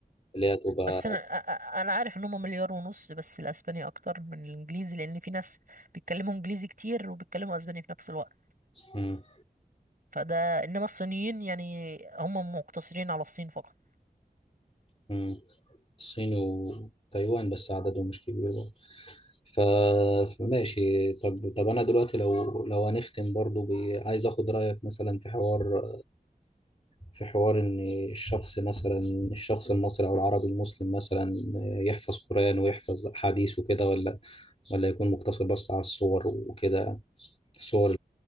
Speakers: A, on the left; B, on the right.
A: اللي هي تبقى
B: بس انا أ- أ- انا عارف ان هم مليار ونص بس الاسباني اكتر من الانجليزي لان في ناس بيتكلموا انجليزي كتير وبيتكلموا اسباني في نفس الوقت
A: مم،
B: فده انما الصينيين يعني هم مقتصرين على الصين فقط
A: مم. الصين وتايوان بس عددهم مش كبير برضه. ف فماشي طب طب انا دلوقتي لو لو هنختم برضو ب- عايز اخد رايك مثلا في حوار في حوار ان الشخص مثلا الشخص المصري او العربي المسلم مثلا يحفظ قران ويحفظ حديث وكده ولا ولا يكون مقتصر بس على الصور وكده الصور